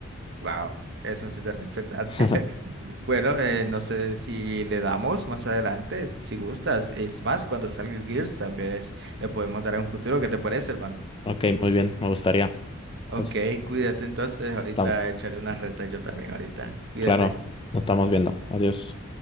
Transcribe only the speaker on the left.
<laughs>
Ok, muy bien, me gustaría.
Pues,
tam-
claro, nos estamos viendo. Adiós.